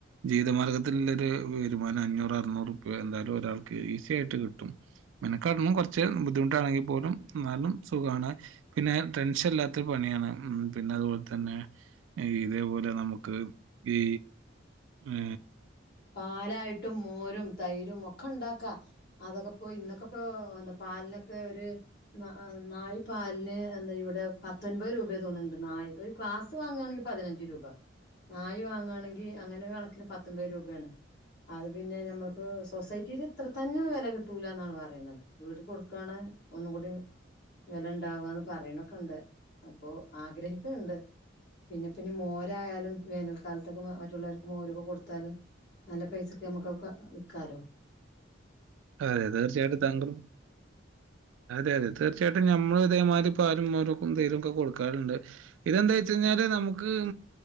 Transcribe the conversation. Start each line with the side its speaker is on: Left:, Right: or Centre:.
Right: ജീവിതമാർഗ ത്തില്ല്ലൊര് വരുമാനം അഞ്ഞൂറ് അറുന്നൂറ്പ്യ എന്തായാലും ഒരാൾക്ക് ഈസി ആയിട്ട് കിട്ടും മെനക്കാടണം കുറച്ച് ബുദ്ധിമുട്ടാണെങ്കിലും പോലും നാലും സുഖമാണ് പിന്നെ ടെൻഷൻ ഇല്ലാത്തൊരു പണിയാണ് ഉ പിന്നെ അതുപോലെ തന്നെ ഹെ ഇതേപോലെ നമുക്ക് ഈ ഏ
Left: പാലായിട്ടും മോരും തൈരും ഒക്കെ ക്ക ഇണ്ടാക്ക അതൊക്കെപ്പോ ഇന്നൊക്കെ ഇപ്പോ എന്താ പാലിനൊക്കെ ഒരു നായി പാ പാലിലിന് എന്താ ഇവിടെ പത്തൊൻപത് രൂപ തോന്നുന്നുണ്ട് നായി ഒരു ഗ്ലാസ് വാങ്ങുയാണെങ്കിൽ പതിനഞ്ച് രൂപ നായി വാങ്ങുകയാണെങ്കിൽ അങ്ങനെ ഒരു കണക്കിന് പത്തൊമ്പത് രൂപ വേണ് അത് പിന്നെ നമ്മക്ക് സൊസൈറ്റിൽ ഇത്ര തന്നെ വില കിട്ടൂല എന്നാണ് പറയണത് വീട് കൊടുക്കാണ് ഒന്നുകൂടി വെല ഇണ്ടാവന്ന് പറയണൊക്കെണ്ട് അപ്പൊ ആഗ്രഹിക്കുണ്ട് പിന്നെ പിന്ന് മോരായാലും വേനൽക്കാലത്തൊക്കെ മറ്റുള്ളവർക്ക് മോരൊക്കെ കൊടുത്താല് നല്ല പൈസക്ക് നമ്മുക്കക്കെ വിക്കാലോ
Right: അതെ തീർച്ചയായിട്ടും താങ്കളും അതെ അതെ തീർച്ചയായിട്ടും ഞമ്മൾ ഇതേമാതിരി പാലും മോരും എന്തെലും ക്കെ കൊടുക്കാറുണ്ട് ഇതെന്താ വെച്ച കഴിഞ്ഞാല് നമുക്ക്